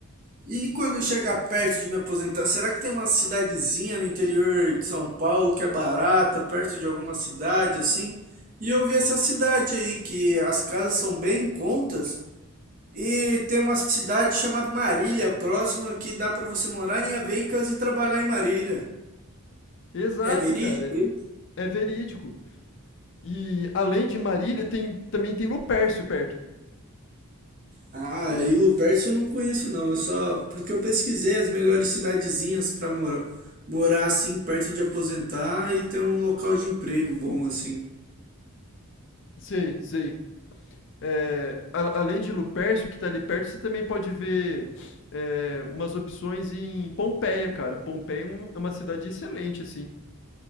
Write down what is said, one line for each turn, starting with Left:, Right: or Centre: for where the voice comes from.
Right: e quando eu chegar perto de me aposentar, será que tem uma cidadezinha no interior de São Paulo que é barata, perto de alguma cidade assim? E eu vi essa cidade aí que as casas são bem em contas. E tem uma cidade chamada Marília, próxima, que dá para você morar em Avencas e trabalhar em Marília.
Left: Exato,
Right: É verídico?
Left: cara.
Right: isso?
Left: É verídico. E além de Marília, tem, também tem Lupércio perto.
Right: Ah, e Lupercio eu não conheço não, é só porque eu pesquisei as melhores cidadezinhas para morar, morar assim perto de aposentar e ter um local de emprego bom assim.
Left: Sei, sei. É, a- além de Lupercio, que tá ali perto, você também pode ver é, umas opções em Pompeia, cara. Pompeia é um- é uma cidade excelente, assim.